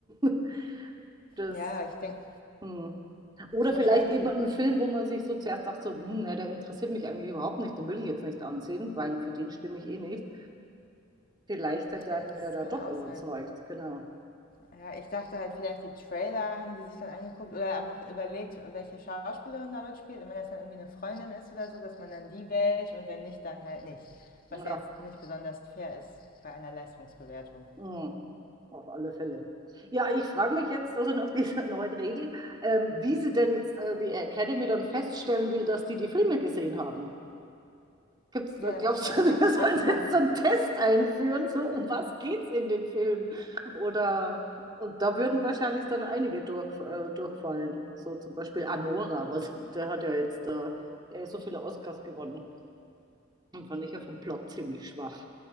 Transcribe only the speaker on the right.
<laughs> Das
Hm. Oder
vielleicht eben
einen Film, wo man sich so zuerst sagt, so, hm, na, der interessiert mich eigentlich überhaupt nicht, den will ich jetzt nicht ansehen, weil für den stimme ich eh nicht. Vielleicht hat dann
der da
doch
überzeugt,
genau.
Ja,
hm, auf alle Fälle. Ja, ich frage mich jetzt also nach dieser <laughs> neuen Regel, ähm, wie sie denn jetzt äh, die Academy dann feststellen will, dass die die Filme gesehen haben. Gibt's
da, glaubst
du, <laughs>
wir
sollen
jetzt so einen Test einführen, so um was geht's in dem Film? Oder und da würden wahrscheinlich dann einige durch, äh, durchfallen. So zum Beispiel Anora, was, der hat ja jetzt äh, äh, so viele Oscars gewonnen. und fand ich ja vom Plot ziemlich schwach.